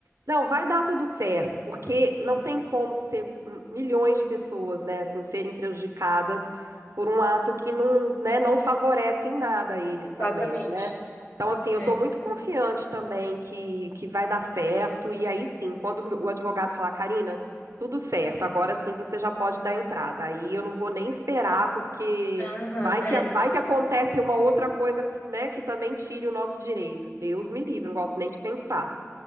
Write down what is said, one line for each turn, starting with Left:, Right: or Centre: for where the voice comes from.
Right: não, vai dar tudo certo, porque não tem como ser m- milhões de pessoas, né, assim, serem prejudicadas por um ato que não, né, não favorece em nada a eles
Left: Exatamente.
Right: também, né? Então, assim, eu
Left: É.
Right: tô muito confiante também que, que vai dar certo, e aí sim, quando o advogado falar, Karina, tudo certo, agora sim você já pode dar entrada, aí eu não vou nem esperar, porque
Left: Aham,
Right: vai
Left: é.
Right: que, vai que acontece uma outra coisa que, né, que também tire o nosso direito, Deus me livre, não gosto nem de pensar.